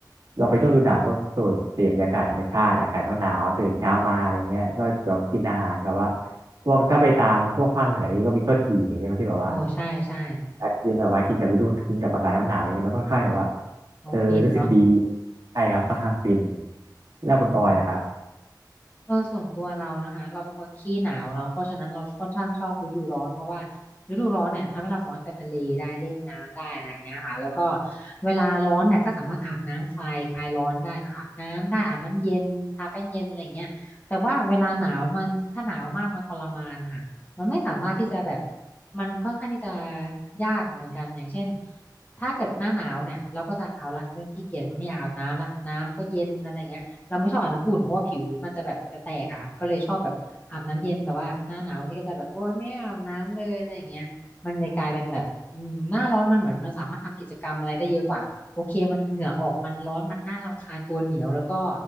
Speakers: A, on the right; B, on the left.
A: เราไปช่วงฤดูหนาวก็สูดเสพบรรยากาศธรรมชาติอากาศหนาวๆตื่นเช้ามาอะไรเงี้ยก็เรากินอาหารแบบว่าพวกถ้าไปตามพวกภาคเหนืออะไรเงี้ยก็มีข้าวจี่อะไรเงี้ยที่แบบว่า
B: โอ้ใช่ใช่
A: อาจจะกินแบบว่ากินกับฤดูกินกับอากาศหนาวๆอะไรเงี้ยมันค่อนข้างแบบว่า
B: โอ้ฟินเนาะ
A: เออรู้สึกดีใช่ครับค่อนข้างฟินแล้วคุณออยล่ะครับ
B: อื เออส่วนตัวเรานะคะเราเป็นคนขี้หนาวเนาะเพราะฉะนั้นเราค่อนข้างชอบฤดูร้อนเพราะว่าฤดูร้อนเนี่ยทำให้เราสามารถไปทะเลได้เล่นน้ำได้อะไรเงี้ยค่ะแล้วก็เวลาร้อนเนี่ยก็สามารถอาบน้ำคลายคลายร้อนได้เนอะอาบน้ำได้อาบน้ำเย็นทาแป้งเย็นอะไรเงี้ยแต่ว่าเวลาหนาวมันถ้าหนาวมากมันทรมานนะคะมันไม่สามารถที่จะแบบมันค่อนข้างที่จะยากเหมือนกันอย่างเช่นถ้าเกิดหน้าหนาวเนี่ยเราก็จะเอาละเริ่มขี้เกียจมันไม่อยากอาบน้ำละน้ำก็เย็นอะไรเงี้ย เราไม่ชอบอาบน้ำอุ่นเพราะว่าผิวมันจะแบบจะแตกอะค่ะก็เลยชอบแบบอาบน้ำเย็นแต่ว่าหน้าหนาวนี่ก็จะแบบโอ๊ยไม่อาบน้ำเลยอะไรอย่างเงี้ยมันเลยกลายเป็นแบบอืมหน้าร้อนมันเหมือนมันสามารถทำกิจกรรมอะไรได้เยอะกว่าโอเคมันเหงื่อออกมันร้อนมันน่ารำคาญตัวเหนียวแล้วก็